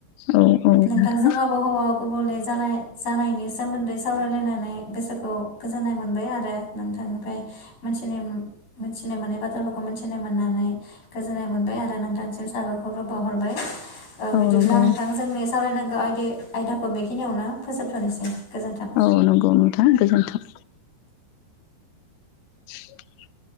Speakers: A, on the left (about 75°); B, on the left (about 60°).
A: औ औ
B: नोंथांजों
A: नोंथां
B: आबहावा गुबुंले जालाय जानायनि सोमोन्दै सावरायलायनानै गोसोखौ गोजोननाय मोनबाय आरो नोंथांनिफ्रायथि मोनथिनो मोनथिनो मोननाय बाथ्राफोरखौ खौ मिथिनो मोननानै गोजोननाय मोनबाय आरो नोंथांसिम साबाखौरबो बावहरबाय
A: औ
B: बिदिब्ला
A: नंगौ
B: नोंथां जोंनि सावरायनांगौ आयदि आयदाखौ बेखिनियावनो फोजोबथ'नोसै गोजोन्थों।
A: औ नंगौ नोंथां गोजोन्थों। <unintelligible>